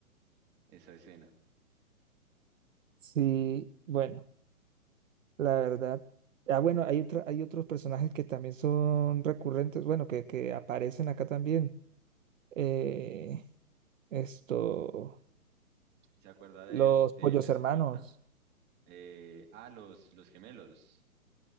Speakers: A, on the right; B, on the right.
A: esa escena.
B: Sí, bueno, la verdad. Ah, bueno, hay otra- hay otros personajes que también son recurrentes, bueno, que, que aparecen acá también. Eh, esto,
A: ¿Se acuerda del,
B: los
A: del
B: pollos
A: escolta?
B: hermanos.
A: Eh, ah, los, los gemelos,